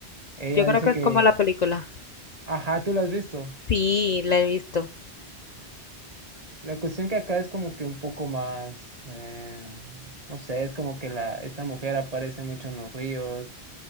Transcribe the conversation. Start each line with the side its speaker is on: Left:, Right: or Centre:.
Right: ella
Left: Yo creo
Right: dice
Left: que
Right: que,
Left: es como la película.
Right: ajá, tú la has visto.
Left: Sí, la he visto.
Right: La cuestión que acá es como que un poco más, eh, no sé, es como que la, esta mujer aparece mucho en los ríos,